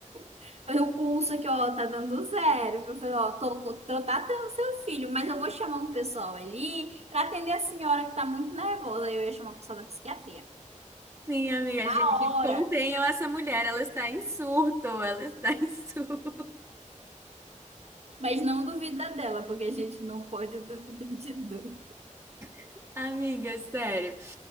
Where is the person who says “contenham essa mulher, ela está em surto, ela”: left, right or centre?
Right